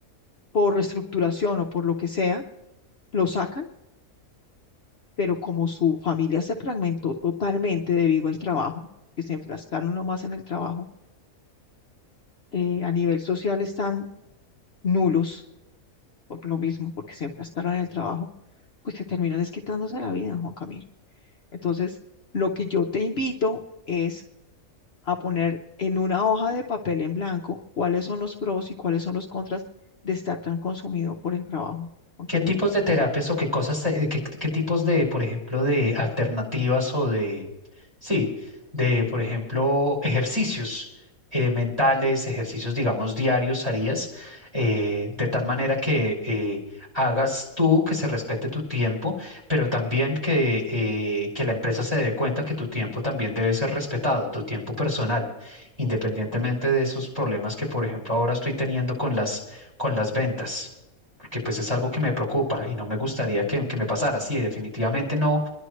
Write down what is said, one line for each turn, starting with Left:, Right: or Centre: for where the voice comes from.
Left: por reestructuración o por lo que sea, lo sacan, pero como su familia se fragmentó totalmente debido al trabajo, que se enfrascaron nomás en el trabajo, eh, a nivel social están nulos por lo mismo, porque se enfrascaron en el trabajo, pues se terminan es quitándose la vida, Juan Camilo. Entonces, lo que yo te invito es a poner en una hoja de papel en blanco cuáles son los pros y cuáles son los contras de estar tan consumido por el trabajo, Juan
Right: ¿Qué
Left: Camilo.
Right: tipos de terapias o qué cosas, te- qué, qué tipos de, por ejemplo, de alternativas o de, sí, de, por ejemplo, ejercicios eh, mentales, ejercicios, digamos, diarios harías, eh, de tal manera que eh, hagas tú, que se respete tu tiempo, pero también que, eh, que la empresa se dé cuenta que tu tiempo también debe ser respetado, tu tiempo personal, independientemente de esos problemas que, por ejemplo, ahora estoy teniendo con las, con las ventas porque pues es algo que me preocupa y no me gustaría que, que me pasara. Sí, definitivamente no,